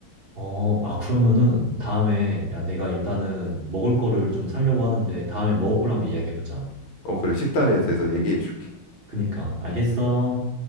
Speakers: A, on the right; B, on the left.
A: 어, 아, 그러면은 다음에, 야, 내가 일단은 먹을 거를 좀 사려고 하는데 다음에 먹을 걸로
B: 음.
A: 한번 이야기해보자.
B: 어 그래 식단에 대해서 얘기해 줄게.
A: 그니까, 알겠어.